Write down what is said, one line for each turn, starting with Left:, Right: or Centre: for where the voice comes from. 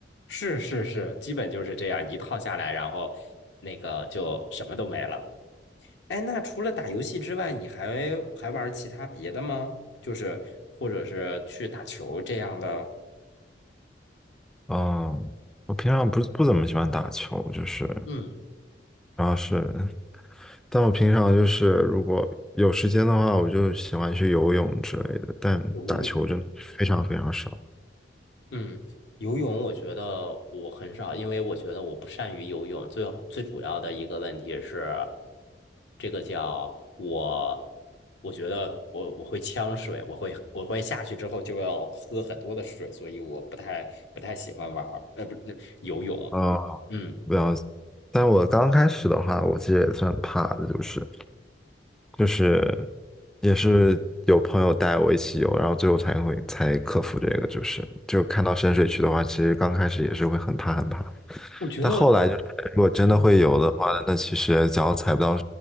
Left: 是是是，基本就是这样一套下来，然后那个就什么都没了。哎，那除了打游戏之外，你还还玩其他别的吗？就是或者是去打球这样的？
Centre: 嗯，我平常不不怎么喜欢打球，就是
Left: 嗯。
Centre: 主要是。但我平常就是如果有时间的话，我就喜欢去游泳之类的，但打球真的非常非常少。
Left: 游泳，嗯，游泳我觉得我很少，因为我觉得我不善于游泳。最最主要的一个问题是，这个叫我，我觉得我我会呛水，我会我会下去之后就要喝很多的水，所以我不太不太喜欢玩儿，呃，不是那游泳。
Centre: 啊、
Left: 嗯，
Centre: 不要。但我刚开始的话，我其实也算怕的，就是就是也是有朋友带我一起游，然后最后才会才克服这个，就是就看到深水区的话，其实刚开始也是会很怕很怕，
Left: 我觉得。
Centre: 但后来就是如果真的会游的话，
Left: 嗯。
Centre: 那其实脚踩不到